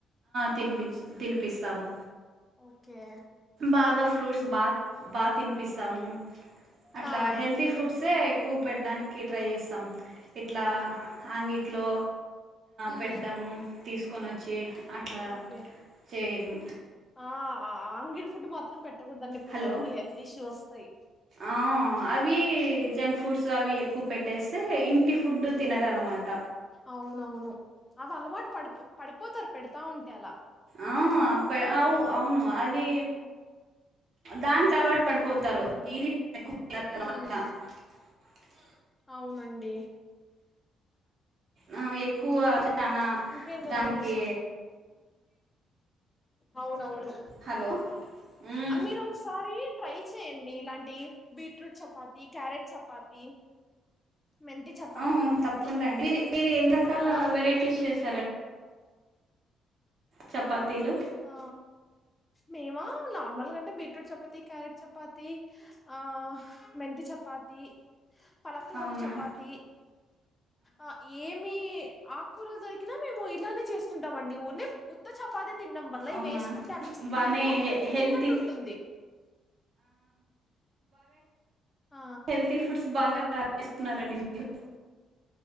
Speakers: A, on the right; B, on the left.
A: తినిపించ
B: ఆ
A: తినిపిస్తాము
B: ఓకే
A: బాగా ఫ్రూట్స్ బాగా బాగా తినిపిస్తాము అట్లా
B: ఆ
A: హెల్తీ ఫుడ్సే ఎక్కువ పెట్టడానికి ట్రై చేస్తాం ఇట్లా
B: ఆ
A: అంగిట్లో
B: మ్మ్
A: పెట్ట తీసుకు కొనచ్చు అట్లా
B: ఓకే
A: చే ము
B: ఆ ఆ అంగిడి ఫుడ్ మాత్రం పెట్ట పెట్టకూడదు అండి పిల్లలకి
A: హలో.
B: హెల్త్ ఇష్యూ వస్తాయి
A: ఆ! అవి జంక్ ఫుడ్స్ అవి ఎక్కువ పెట్టేస్తే ఇంటి ఫుడ్ తినరన్నమాట
B: అవునవును అవి అలవాటు పడిపో పడిపోతారు పెడతా ఉంటే అలా
A: ఆ అప్ప అవు అవును అది దానికి అలవాటు పడిపోతారు దీది <unintelligible>
B: ఉమ్ అవునండి
A: ఆ, ఎక్కువ చాలా
B: ఇంకేటి
A: దానికి
B: అండి వీ అవునవును
A: హలో మ్మ్.
B: అ మీరు ఒకసారి ట్రై చేయండి ఇలాంటి బీట్రూట్ చపాతి క్యారెట్ చపాతి మెంతి చపాతి
A: ఆ తప్పకుండా అండి మీ మీరు ఎన్ని రకాల
B: ఆ
A: వెరైటీస్ చేస్త చపాతీలు
B: ఆ మేము నార్మల్గాంటే బీట్రూట్ చపాతి క్యారెట్ చపాతి ఆ ఆ మెంతి చపాతి పలకలాకు
A: అవునా
B: చపాతి ఆ ఏమి ఆకుకూరలు దొరికినా మేము ఇలానే చేసుకుంటామండి ఉరినే ఉత్త ఛపాతే తినడం వల్ల
A: అవునా
B: ఇవి వేసుకుంటే అట్లీస్ట్ పిల్లలు
A: బాగానే హె హెల్తీ
B: తిన్నట్టుంటుంది ఆ
A: హెల్త్య్ ఫుడ్స్ బాగా చేస్తున్నారండి మీరు